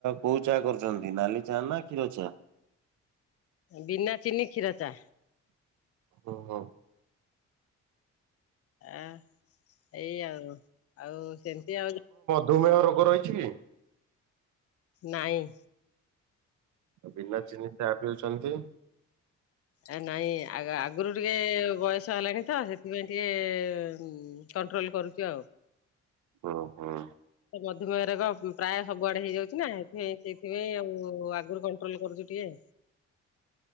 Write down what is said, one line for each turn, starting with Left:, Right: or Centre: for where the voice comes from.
Right: କୋଉ ଚା କରୁଛନ୍ତି ନାଲି ଚା ନା କ୍ଷୀର ଚା?
Left: ବିନା ଚିନି କ୍ଷୀର ଚା।
Right: ଓହୋ।
Left: ଆ ଏଇ ଆଉ। ଆଉ ସେମତି ଆଉ।
Right: ଧୁମେହ ରୋଗ ରହିଛି କି?
Left: ନାହିଁ।
Right: ବିନା ଚିନି ଚା ପିଉଛନ୍ତି।
Left: ଏ ନାଇଁ ଆଗ ଆଗରୁ ଟିକେ ବୟସ ହେଲାଣି ତ ସେଥିପାଇଁ ଟିକେ କଣ୍ଟ୍ରୋଲ କରୁଛୁ ଆଉ।
Right: ହୁଁ ହୁଁ।
Left: ମଧୁମେହ ରୋଗ ପ୍ରାୟ ସବୁଆଡେ ହେଇଯାଉଛି ନା ଏଇଥିପାଇଁ ସେଇଥିପାଇଁ ଆଉ ଆଗରୁ କଣ୍ଟ୍ରୋଲ କରୁଛୁ ଟିକେ।